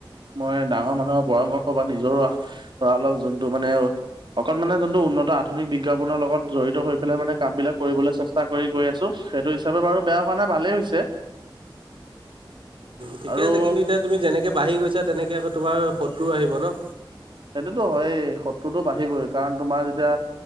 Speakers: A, on the right (about 65°); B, on the right (about 80°).
A: মই ডাঙৰ মানুহৰ পৰামৰ্শ বা নিজৰো পৰা অলপ যোনটো মানে অকন মানে যোনটো উন্নত আধুনিক বিজ্ঞাপনৰ লগত জড়িত হৈ পেলাই মানে কাম বিলাক কৰিবলৈ চেষ্টা কৰি গৈ আছো। সেইটো হিচাপে বাৰু বেয়া হোৱা নাই, ভালেই হৈছে।
B: ঠিকে
A: আৰু
B: আছে, কিন্তু এতিয়া তুমি যেনেকে বাঢ়ি গৈছা, তেনেকে আকৌ তোমাৰ শত্ৰু আহিব ন।
A: সেইটোতো হয়েই, শত্ৰুতো বাঢ়িবই কাৰণ তোমাৰ যেতিয়া